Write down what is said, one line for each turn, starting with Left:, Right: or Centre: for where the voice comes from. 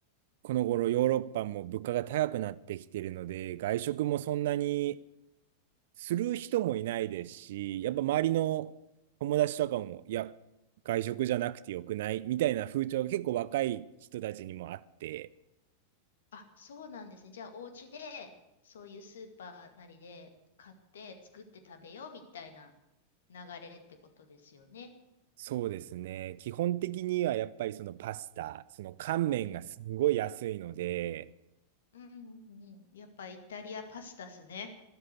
Right: この頃ヨーロッパも物価が高くなってきているので、外食もそんなにする人もいないですし、やっぱ周りの友達とかも、いや、外食じゃなくてよくないみたいな風潮が結構若い人たちにもあって、
Left: あ、そうなんですね。じゃあ、お家で、そういうスーパーなりで買って作って食べようみたいな流れってことですよね。
Right: そうですね。基本的にはやっぱりそのパスタ、その乾麺がすごい安いので、
Left: うん。うんうんうんうん。やっぱイタリアパスタっすね。